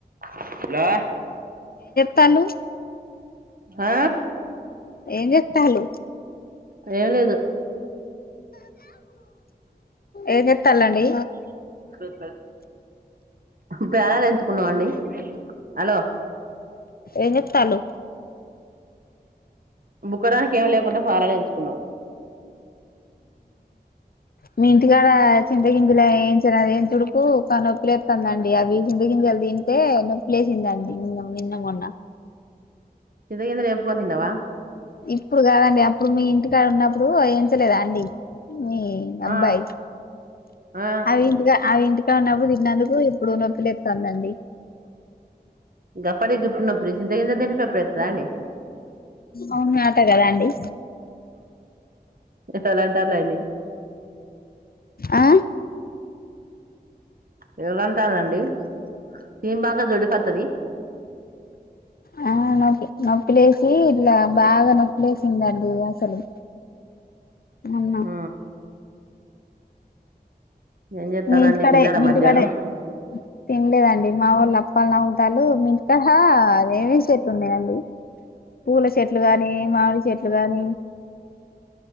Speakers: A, on the right; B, on the left.
A: హలో
B: తాళ్ళు
A: ఆ
B: ఏం చెత్తాళ్లు
A: ఏం లేదు
B: ఏం చెస్తాలండి
A: <unintelligible> ఇప్పుడు పేలాలు ఎంచుకున్నాం అండి హలో
B: ఏంచేత్తాలు
A: బుక్కడానికి ఏం లేకుంటె పేలాలు ఎంచుకున్నాం
B: మీ ఇంటికాడ చింతగింజలు ఏంచిన ఎంచుడుకూ ఇంకా నొప్పిలేత్తందండి అవి చింతగింజలు తింటే నొప్పి లేసిందండి నిన్న మొన్న
A: చింత గింజలు ఏంపుకొని తిన్నావా
B: ఇప్పుడు కాదండి అప్ అప్పుడు మీ ఇంటికాడ ఉన్నప్పుడు ఏం లేదా అండి మీ అబ్బాయి
A: ఆ ఆ
B: అవి ఇంటికా అవి ఇంటికాడ ఉన్నప్పుడు తిన్నందుకు ఇప్పుడు నొప్పిలేత్తందండి
A: గప్పటి గిప్పుడు నొప్పి చింత గింజలు తింటే నొప్పి అండి
B: అవునాట కదా అండి.
A: ఎవరు అంటాలండి
B: ఆ
A: ఎవలాంటలండి <unintelligible> దొడ్డికొత్తది
B: ఆ నొప్పి నొప్పిలేసి ఇట్లా బాగా నొప్పిలేసిందండి అసలు మొన్న
A: ఆ ఏం చేస్తారండి
B: మీ ఇంటికాడే
A: తిన్నారా
B: మీ
A: మధ్యాహ్నం
B: ఇంటికాడే తినలేదండి మా వొళ్ళు అప్పలు నవ్లుతాలు ఇంటికాడ ఏమేం చెట్లు ఉన్నయండి పూల చెట్లు చెట్లు గాని, మామిడి చెట్లు ట్లు గాని